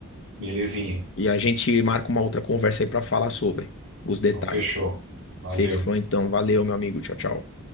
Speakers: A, on the right; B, on the left.
A: Belezinha.
B: E a gente marca uma outra conversa aí pra falar sobre os detalhes.
A: Então fechou. Valeu.
B: Fechou então. Valeu, meu amigo. Tchau, tchau.